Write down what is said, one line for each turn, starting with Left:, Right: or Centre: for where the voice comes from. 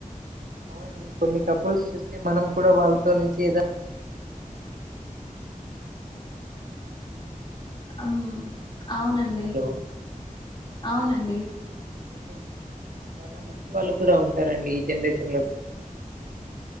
Right: అండి కొన్ని కపుల్స్ చూస్తే మనం కూడా వాళ్ళలో నుంచి ఏదన్న
Left: ఆమ్ అవునండి
Right: హలో
Left: అవునండి
Right: అందుకే చాలా మంచి వాళ్ళు కూడా ఉంటారండి ఈ జనరేషన్ లో కూడా